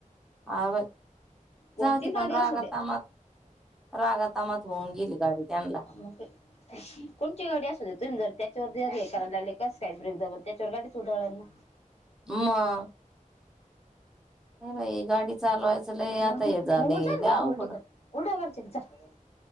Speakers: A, in the centre; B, on the left.
A: आ बाई
B: कोणती
A: जाऊदे
B: गाडी
A: पण रागा
B: असू दे
A: तामात रागा तामात होऊन गेली गाडी त्यांनला
B: मग काय. कोणची गाडी असू द्या तुम्ही जर त्याच्यावर हे करायला लागले, कस काय ब्रेक जण त्याच्यावर गाडीच उधाळणार ना.
A: म. नाय बाई गाडी चालवायच लय
B: मग
A: आता हे झाले
B: मग जाईल
A: लय
B: बाहेर
A: अवघड
B: उलटी कर उलट्या करचे का चाल